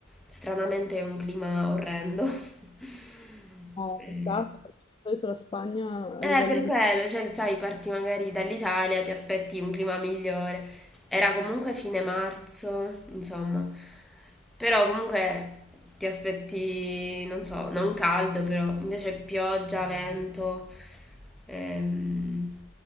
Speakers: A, in the centre; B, on the left (about 25°).
A: stranamente un clima orrendo. <laughs>
B: No,
A: Eh,
B: peccato, perché di solito la Spagna
A: eh,
B: a livello
A: per
B: di...
A: quello, cioè, sai, parti magari dall'Italia, ti aspetti un clima migliore. Era comunque fine marzo, insomma. Però comunque ti aspetti, non so, non caldo, però invece pioggia, vento, ehm,